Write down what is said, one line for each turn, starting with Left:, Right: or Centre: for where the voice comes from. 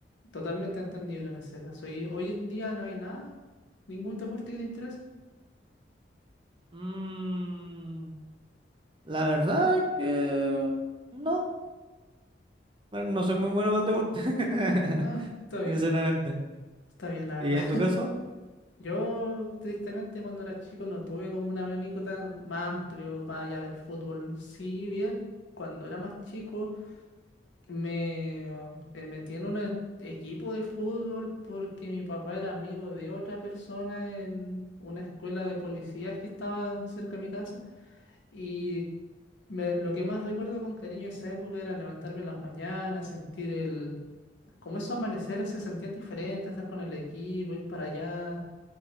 Left: Totalmente entendible en ese caso. ¿Y hoy en día no hay nada? ¿Ningún deporte que te interese?
Right: Mm, la verdad que no, no soy muy bueno para el deporte, <laughs>
Left: No, está bien.
Right: sinceramente.
Left: Está bien, la verdad.
Right: ¿Y en tu caso?
Left: Yo, tristemente, cuando era chico no tuve como un abanico tan más amplio, más allá del fútbol. Sí, bien, cuando era más chico me ah, eh, metí en un e- equipo de fútbol porque mi papá era amigo de otra persona en una escuela de policías que estaba cerca de mi casa. Y me- lo que más recuerdo con cariño de esa época era levantarme en las mañanas, sentir el... Como esos amaneceres se sentían diferentes, estar con el equipo, ir para allá